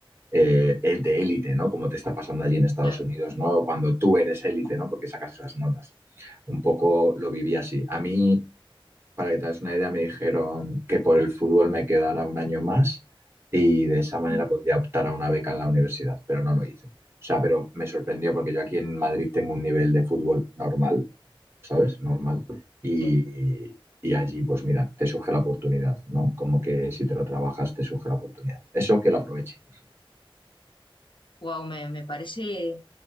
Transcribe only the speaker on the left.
Claro,
Ujú.
sí.
Wow, me, me parece